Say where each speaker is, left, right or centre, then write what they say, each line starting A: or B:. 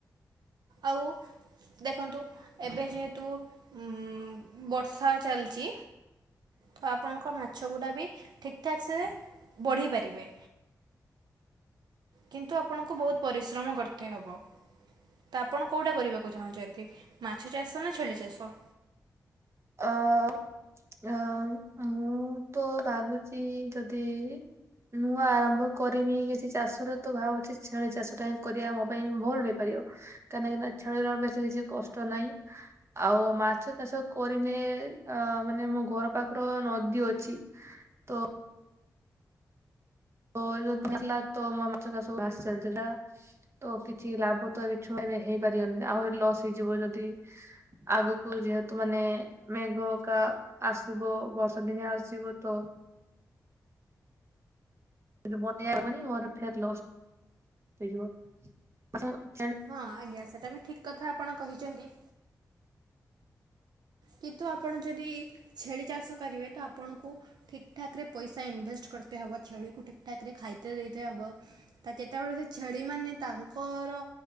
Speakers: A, on the right; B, on the right.
A: ଆଉ ଦେଖନ୍ତୁ ଏବେ ଯେହେତୁ ଉଁ ବର୍ଷା ଚାଲିଚି ତ ଆପଣଙ୍କ ମାଛ ଗୁଡା ବି ଠିକ୍ ଠାକ୍ ସେ ବଢ଼େଇ ପାରିବେ। କିନ୍ତୁ ଆପଣଙ୍କୁ ବହୁତ ପରିଶ୍ରମ କରତେ ହେବ। ତ ଆପଣ କୋଉଟା କରିବାକୁ ଚାହୁଁଛନ୍ତି ମାଛ ଚାଷ ନା ଛେଳି ଚାଷ?
B: ଅ <inaudible> ମୁଁ ମୁଁ ତ ଭାବୁଛି ଯଦି ନୂଆ ଆରମ୍ଭ କରିମି କିଛି ଚାଷର ତ ଭାବୁଛି ଛେଳି ଚାଷଟା କରିବା ମୋ ପାଇଁ ଭଲ ବେପାରି ୟ କାହିଁକି ନା କାହଁକି ନା ମାଛର ବେଶି କିଛି କଷ୍ଟ ନାହିଁ ଆଉ ମାଛ ଚାଷ କରିନେ ଅ ମାନେ ମୋ ଘର ପାଖର ନଦୀ ଅଛି ତ ତ ଯଉଦିନ ଆସିଲା ତ ମୋ ମାଛ ଚାଷ ସବୁ ଭାସି ଚାଲିଥିଲା ତ କିଛି ଲାଭ ତ ଏବେ ଛୁଆଁ ଏବେ ହେଇପାରି <unintelligible> ଆହୁରି ଲସ୍ ହେଇଯିବ ଯଦି ଆଗକୁ ଯେହେତୁ ମାନେ ମେଘ କା ଆସିବ ବର୍ଷା ଦିନିଆ ଆସିବ ତ <unintelligible> ମୋର ଫେର୍ ଲସ୍ ହେଇଯିବ ମାକ୍ସିମମ୍
A: ହଁ ଆଜ୍ଞା, ସେଟା ବି ଠିକ୍ କଥା ଆପଣ କହିଛନ୍ତି। କିନ୍ତୁ ଆପଣ ଯଦି ଛେଳି ଚାଷ କରିବେ ତ ଆପଣଙ୍କୁ ଠିକ୍ ଠାକ୍ ରେ ପଇସା ଇନଭେଷ୍ଟ କ କରତେ ହବ ଛେଳି କୁ ଠିକ୍ ଠାକ୍ ରେ ଖାଇତେ ଦେଇତେ ହବ। ତ ଯେତେବେଳେ ସେ ଛେଳି ମାନ ତାଙ୍କର